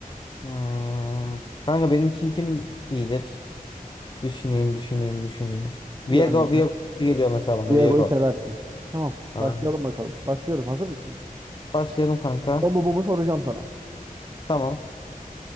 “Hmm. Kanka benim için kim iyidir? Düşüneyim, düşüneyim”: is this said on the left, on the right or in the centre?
Left